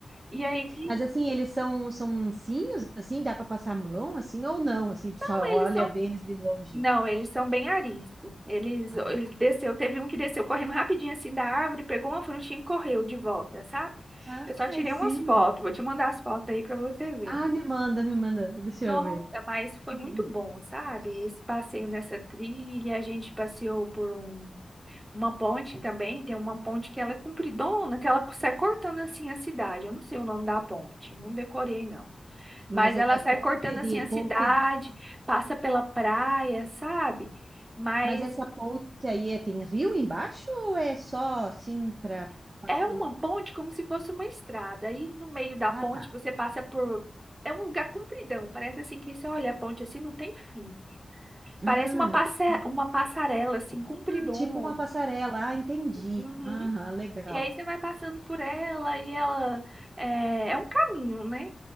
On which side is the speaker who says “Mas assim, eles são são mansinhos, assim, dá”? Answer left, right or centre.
Right